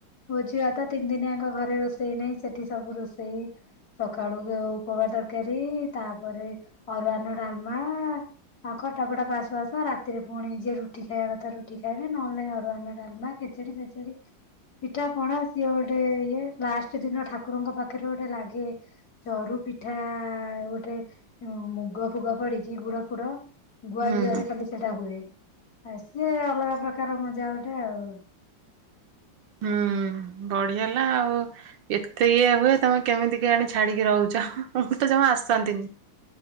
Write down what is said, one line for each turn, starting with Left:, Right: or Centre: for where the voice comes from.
Left: ବୋଝିଭାତ ତିନ ଦିନଆଙ୍କ ଘରେ ରୋଷେଇ ନାଇଁ ସେଠି ସବୁ ରୋଷେଇ। ସକାଳୁ ଉପବା ତରକାରୀ ତାପରେ ଅରୁଆନ ଡାଲମା। ଆଉ ଖଟା ଫଟା ପାସ ଫାସ ରାତିରେ ପୁଣି ଯିଏ ରୁଟି ଖାଇବା କଥା ରୁ ଟି ଖାଇବେ ନହେଲେ ନାଇ ଅରୁଆନ ଡାଲମା ଖେଚେଡି ଫେଚେଡି। ପିଠା ପଣା ସିଏ ଗୋଟେ ଇଏ ଲାଷ୍ଟ ଦିନ ଠାକୁରଙ୍କ ପାଖରେ ଗୋଟେ ଲାଗେ ଚରୁ ପିଠା ଗୋଟେ ମୁଗ ଫୁଗ ପଡିକି ଗୁଡ ଫୁଡ ଗୁଆ
Right: ହୁଁ
Left: ଘିଅରେ
Right: ହୁଁ।
Left: ଖାଲି ସେଟା ହୁଏ ଆ ସିଏ ଅଲଗା ପ୍ରକାର ମଜା ଗୋଟେ ଆଉ।
Right: ହୁଁ ବଢିଆ ହେଲା ଆଉ। ଏତେ ଇଏ ହୁଏ ତମେ କେମିତି କେଜାଣି ଛାଡିକି ରହୁଛ ମୁଁ ତ ଜମା ଆସି ନ୍ତିନ।